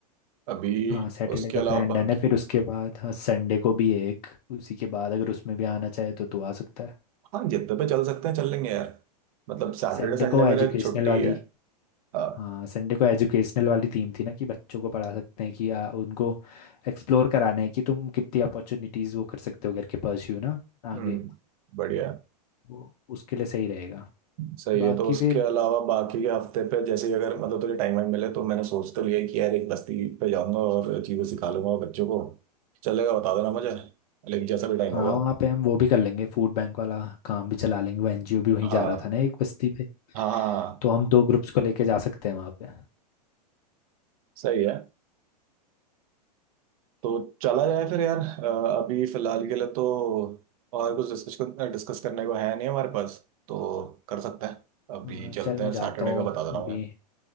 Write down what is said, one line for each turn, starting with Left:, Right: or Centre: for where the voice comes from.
Right: अभी
Left: हाँ सैटरडे
Right: उसके
Left: का
Right: अलावा
Left: प्लान
Right: बाकी
Left: डन है फिर उसके बाद हाँ संडे को भी है एक उसी के बाद अगर उसमें भी आना चाहे तो तू आ सकता है
Right: हाँ जितने पे चल सकते हैं चल लेंगे यार मतलब सैटरडे
Left: संडे
Right: संडे
Left: को
Right: मेरे
Left: एजुकेशनल
Right: छुट्टी
Left: वाली
Right: है हाँ
Left: हाँ संडे को एजुकेशनल वाली थीम थी ना कि बच्चों को पढ़ा सकते हैं कि आ, उनको एक्सप्लोर कराना है कि तुम कितनी अपॉर्चुनिटीज़ वो कर सकते हो घर के परस्यू ना आगे
Right: हम्म बढ़िया
Left: वो उसके लिए सही रहेगा
Right: सही
Left: बाकी
Right: है तो उसके
Left: फिर
Right: अलावा बाकी के हफ्ते पे जैसे ही अगर मतलब तुझे टाइम वाइम मिले तो मैंने सोच तो लिया है कि यार एक बस्ती पे जाऊंगा और चीजें सिखा लूंगा बच्चों को चलेगा बता देना मुझे लेकिन जैसा भी टाइम
Left: हाँ
Right: होगा
Left: वहाँ पे हम वो भी कर लेंगे फूड बैंक वाला काम भी चला लेंगे वो एनजीओ भी वहीं
Right: हाँ
Left: जा रहा था ना एक बस्ती पे
Right: हाँ हाँ
Left: तो हम दो ग्रुप्स को लेके जा सकते हैं वहाँ पे
Right: सही है तो चला जाए फिर यार अ, अभी फिलहाल के लिए तो और कुछ डिस्कस डिस्कस करने को है नहीं हमारे पास तो कर सकते हैं अभी
Left: हाँ
Right: चलते
Left: चल मैं
Right: हैं
Left: जाता
Right: सैटरडे
Left: हूँ
Right: का बता दे रहा
Left: अभी
Right: हूँ मुझे